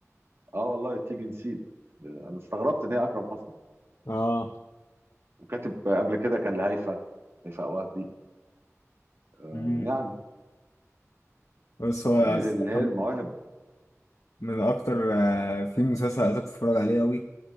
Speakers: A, on the right (about 50°); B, on the left (about 75°).
A: اه والله تيجي نسيت انا استغربت ان هي اكرم حسني
B: اه
A: وكاتب قبل كده كان لهيفا هيفاء وهبي آه
B: امم
A: يعني
B: بس هو
A: يعني
B: الصراحة
A: اللي هي المواهب
B: من اكتر آه، في مسلسل عايزك تتفرج عليه قوي